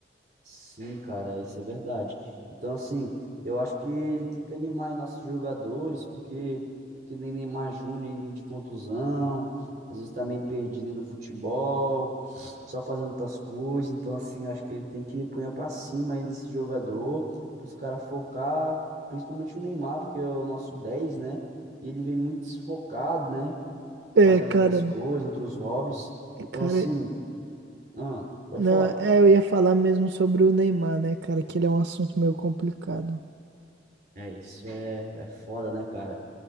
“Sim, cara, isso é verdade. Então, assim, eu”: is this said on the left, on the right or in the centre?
Right